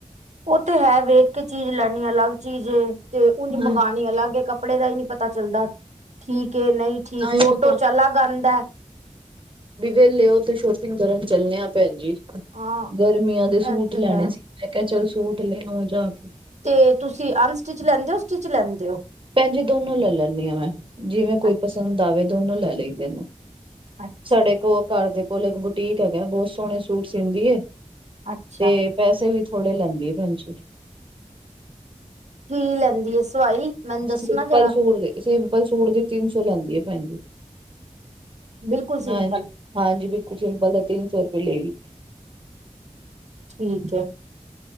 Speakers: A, on the right; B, on the right.
A: ਉਹ ਤੇ ਹੈ ਵੇਖ ਕੇ ਚੀਜ਼ ਲੈਣੀ ਅਲੱਗ ਚੀਜ਼ ਏ, ਤੇ ਉਝ ਮੰਗਾਣੀ
B: ਹਾਂ
A: ਅਲੱਗ ਏ ਕੱ ਕੱਪੜੇ ਦਾ ਹੀ ਨੀਂ ਪਤਾ ਚੱਲਦਾ, ਠੀਕ ਏ ਨਹੀਂ ਠੀਕ
B: ਤਾਂ ਹੀ
A: ਫ਼ੋਟੋ
B: ਮੈਂ
A: 'ਚ ਅਲੱਗ ਆਂਦਾ ਐ।
B: ਜੇ ਵਿਹਲੇ ਓ ਤੇ ਸ਼ੋਪਿੰਗ ਕਰਨ ਚੱਲਨੇ ਆ ਭੈਣਜੀ,
A: ਹਾਂ
B: ਗਰਮੀਆਂ ਦੇ ਸੂਟ
A: ਇਹ ਤੇ
B: ਲੈਣੇ
A: ਹੈ
B: ਸੀ। ਮੈਂ ਕਿਹਾ ਚਲ ਸੂਟ ਲੈ ਆਵਾਂ ਜਾ ਕੇ।
A: ਤੇ ਤੁਸੀਂ ਅਨਸਟਿਚ ਲੈਂਦੇ ਓ, ਸਟਿਚ ਲੈਂਦੇ ਓ।
B: ਭੈਣਜੀ ਦੋਨੋਂ ਲੈ ਲੈਂਨੀ ਆ ਮੈ, ਜਿਵੇਂ ਕੋਈ
A: ਅੱਛਾ
B: ਪਸੰਦ ਆਵੇ ਦੋਨੋਂ ਲੈ ਲਈਦੇ ਨੇਂ।
A: ਅੱਛਾ
B: ਸਾਡੇ ਕੋਲ ਘਰ ਦੇ ਕੋਲ ਇੱਕ ਬੁਟੀਕ ਹੈਗਾ, ਬਹੁਤ ਸੋਹਣੇ ਸੂਟ ਸੀਦੀ ਏ।
A: ਅੱਛਾ
B: ਤੇ ਪੈਸੇ ਵੀ ਥੋੜੇ ਲੈਂਦੇ ਏ ਭੈਣਜੀ।
A: ਕੀ ਲੈਂਦੀ ਏ ਸਵਾਈ? ਮੈਨੂੰ ਦੱਸਣਾ
B: ਸਿੰਪਲ
A: ਜਰਾ
B: ਸੂਟ ਦੇ, ਸਿੰਪਲ ਸੂਟ ਦੀ ਤਿੰਨ ਸੌ ਲੈਂਦੀ ਏ ਭੈਣਜੀ।
A: ਬਿਲਕੁਲ ਸਿੰਪਲ
B: ਹਾਂਜੀ- ਹਾਂਜੀ, ਬਿਲਕੁਲ ਸਿੰਪਲ ਦੇ ਤਿੰਨ ਸੌ ਰੁਪਏ ਲਏਗੀ।
A: ਠੀਕ ਐ,